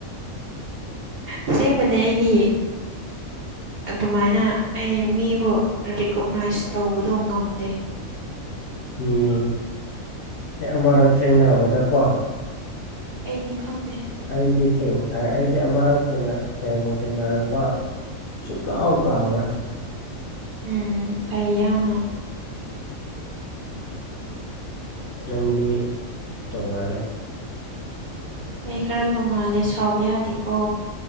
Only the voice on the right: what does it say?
ꯑꯁꯦꯡꯕꯅꯦ ꯑꯩꯒꯤ ꯑꯗꯨꯃꯥꯏꯅ ꯑꯩ ꯃꯤꯕꯨ ꯔꯤꯀꯣꯛꯅꯥꯏꯁ ꯇꯧꯕꯗꯣ ꯉꯝꯗꯦ
ꯑꯩꯗꯤ ꯈꯪꯗꯦ
ꯎꯝ ꯐꯩ ꯌꯥꯝꯅ
ꯑꯩ ꯈꯔ ꯇꯣꯡꯉꯥꯜꯂꯦ ꯁꯥꯎꯕ ꯌꯥꯗꯦꯀꯣ